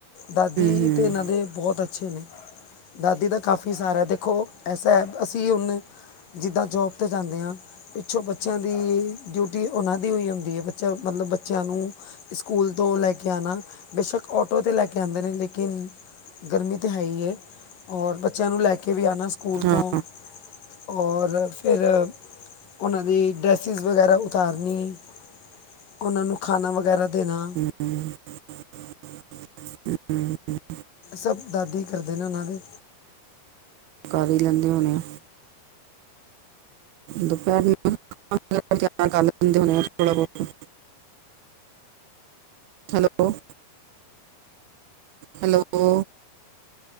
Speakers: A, on the left (about 55°); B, on the right (about 75°).
A: ਦਾਦੀ
B: ਹੂੰ
A: ਤੇ ਇਹਨਾਂ ਦੇ ਬਹੁਤ ਅੱਛੇ ਨੇ, ਦਾਦੀ ਤਾਂ ਕਾਫੀ ਸਾਰਿਆਂ ਤੇ। ਦੇਖੋ, ਐਸਾ ਐ ਅਸੀਂ ਹੁਨੇ। ਜਿੱਦਾਂ ਜੋਬ 'ਤੇ ਜਾਂਦੇ ਆ, ਪਿੱਛੋਂ ਬੱਚਿਆਂ ਦੀ ਡਿਊਟੀ ਉਹਨਾਂ ਦੀ ਡਿਊਟੀ ਹੁੰਦੀ ਐ ਬੱਚਾ ਮਤਲਬ ਬੱਚਿਆਂ ਨੂੰ ਸਕੂਲ ਤੋਂ ਲੈ ਕੇ ਆਣਾ, ਬੇਸ਼ੱਕ ਆਟੋ 'ਤੇ ਲੈ ਕੇ ਆਂਦੇ ਨੇ ਲੇਕਿਨ ਗਰਮੀ ਤੇ ਹੈ ਈ ਐ। ਬੱਚਿਆਂ ਨੂੰ ਲੈ ਕੇ ਵੀ ਆਣਾ ਸਕੂਲ ਤੋਂ,
B: ਹਾਂ
A: ਔਰ ਫਿਰ ਉਹਨਾਂ ਦੀ ਡਰੈਸਿਸ ਵਗੈਰਾ ਉਤਾਰਨੀ। ਉਹਨਾਂ ਨੂੰ ਖਾਣਾ ਵਗੈਰਾ ਦੇਣਾ।
B: <inaudible>
A: ਸਭ ਦਾਦੀ ਕਰਦੇ ਨੇ ਉਹਨਾਂ ਦੇ
B: ਕਰ ਈ ਲੈਂਦੇ ਹੋਣੇ ਆ। ਦੁਪਹਿਰੇ <unintelligible> ਕਰ ਦਿੰਦੇ ਹੋਣੇ ਆ ਥੋੜਾ ਬੋਤਾ। Hello hello.